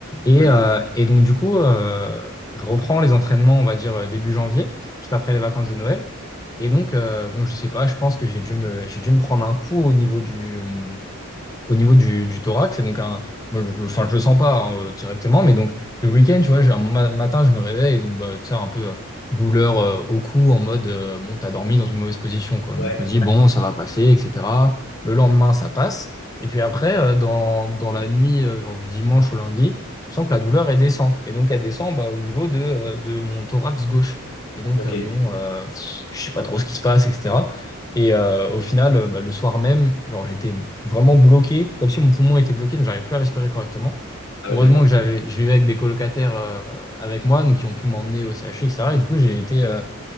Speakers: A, on the left (about 15°); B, on the left (about 80°).
A: Et,
B: Ouais,
A: euh, et donc du coup euh, je reprends les entraînements on va dire euh, début janvier, juste après les vacances de Noël. Et donc, euh, bon, je sais pas, je pense que j'ai dû me, j'ai dû me prendre un coup au niveau du, au niveau du, du thorax. Et donc, un, moi, je, je- enfin, je le sens pas hein, euh, directement, mais donc le week-end, tu vois, j'ai un ma- matin, je me réveille, et donc bah, tu sais, un peu euh, douleur euh, au cou, en mode euh, bon, t'as dormi dans une mauvaise position, quoi.
B: ouais,
A: Donc je me dis bon, ça va passer, etc. Le lendemain, ça passe. Et puis après, euh, dans, dans la nuit, euh, genre du dimanche au lundi, je sens que la douleur, elle descend. Et donc, elle descend bah, au niveau de, euh, de mon thorax gauche. Et donc,
B: ok.
A: euh, bon, euh, je sais pas trop ce qui se passe, etc. Et euh, au final, euh, bah, le soir même, genre j'étais vraiment bloqué, comme si mon poumon était bloqué, donc j'arrivais plus à respirer correctement.
B: Ah
A: Heureusement
B: ouais, d'accord.
A: que j'avais, je vivais avec des colocataires euh, avec moi, donc qui ont pu m'emmener au CHU, etc. Et cetera. Et du coup, j'ai été euh,